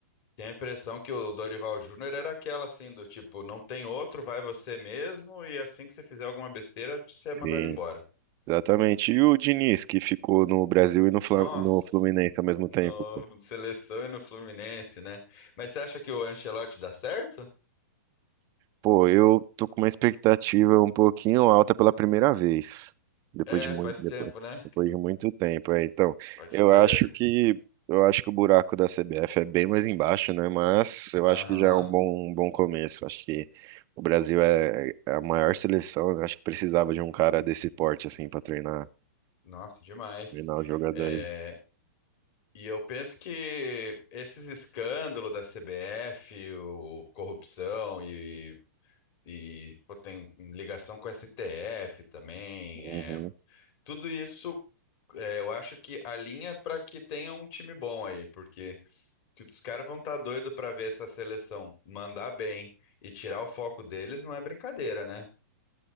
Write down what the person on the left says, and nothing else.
tenho a impressão que o Dorival Júnior era aquela assim do tipo, não tem outro, vai você mesmo e assim que você fizer alguma besteira, você é mandado
embora.
Nossa,
no
seleção e no Fluminense, né? Mas você acha que o Ancelotti dá certo?
É,
faz
tempo, né?
Pode
crer.
Aham.
Nossa, demais.
É, e eu penso que esses escândalos da CBF, o corrupção e E pô, tem ligação com o STF também.
é. tudo isso, é, eu acho que alinha para que tenha um time bom aí, porque que os caras vão estar tá doidos para ver essa seleção mandar bem e tirar o foco deles não é brincadeira, né?